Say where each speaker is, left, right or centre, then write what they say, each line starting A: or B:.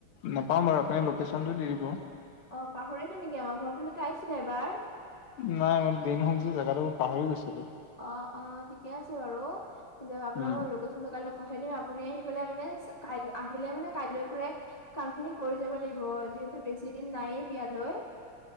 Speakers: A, on the left; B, on the left.
A: নাপাওঁ বাৰু আপুনি লোকেশ্যনটো দি দিব
B: অ পাহৰিলে নেকি আমাৰ ঘৰফালেটো আহিছিলে এবাৰ
A: নাই মই দিন হ'ল যে জেগাটোৰ পাহৰি গৈছো
B: অ অ ঠিকে আছে বাৰু হলেও আপোনাৰ
A: উম
B: মই লোকেশ্যন কাইলৈ পঠাই দিম আপুনি আহি পেলাই মানে কাই আহিলে মানে কাইলৈ পৰাই কাম খিনি কৰি যাব লাগিব যিহেতু বেছি দিন নায়েই বিয়ালৈ